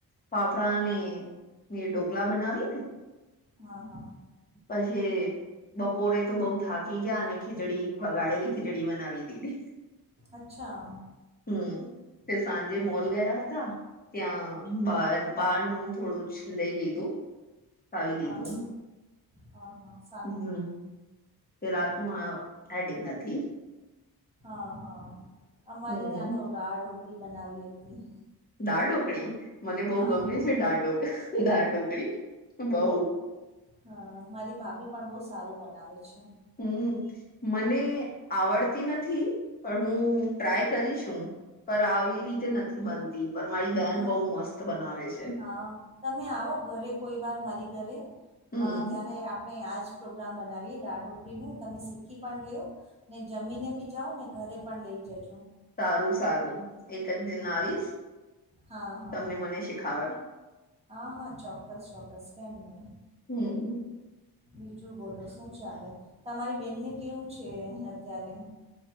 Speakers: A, on the left; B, on the right.
A: ફાફડાને એ ઢોકલા બનાવી ને
B: હા હા
A: પછી બપોરે તો બઉુ થાકી ગયા ખીચડી વગાડેલી ખી જડીી મનાવી દી ને
B: અચ્છા
A: હમ તે સાંજે
B: હા
A: મોલ ગયા હતા ત્યાં બાર બાર નું થોડું જ લઈ લીધું ખાઈ
B: હા
A: લીધું
B: હા હા હા
A: હમ કે રાતનું આ એડિક નથી
B: હા હા અમારે
A: હમ
B: ત્યાં તો દાળ ઢોકળી બનાવી હતી
A: દાળ ઢોકરીી મને બઉ
B: હા
A: ગમે છે ડા ઢોકરી ડા ઢોકરી બઉ
B: હ મારી ભાભી પણ બહુ સારું બનાવે છે
A: હમ મને આવડતી નથી પણ હું ટ્રાય કરીશું પર આવી રીતે નથી બનતી પર મારી બેન
B: હા
A: બહુ મસ્ત બનાવે છે
B: હા તમે આવો ઘરે કોઈ વાર મારી ઘરે
A: હમ
B: અ ત્યારે આપણે આજ પ્રોગ્રામ બનાવીએ દાળ ઢોકળીનું તમે શીખી પણ લવ ને જમીને બી જાઓ ને ઘરે પણ લઈ જજો
A: સારું સારું એક જ દિન
B: હા
A: આવીશ
B: હા હા
A: તમને મને શીખાવ
B: હા હા ચોક્કસ ચોક્કસ કેમ ન
A: હમ <unintelligible>
B: બીજું બોલો શું ચાલે તમારી બેનને કેવું છે અત્યારે